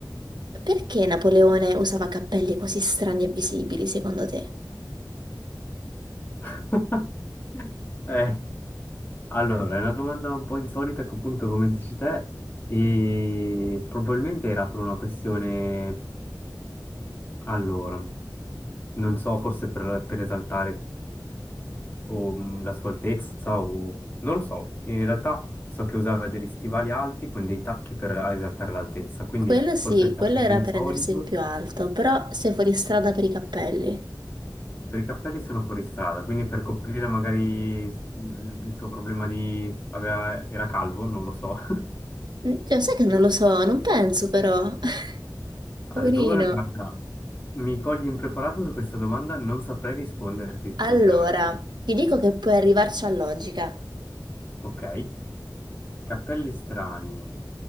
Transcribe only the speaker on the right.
Perché Napoleone usava cappelli così strani e visibili, secondo te?
Quello sì,
quello era
per rendersi il più alto, però sei fuori strada per i cappelli.
Mm, Cioè, sai che non lo so, non penso però. <laughs> Poverino.
Allora,
ti dico che puoi arrivarci a logica.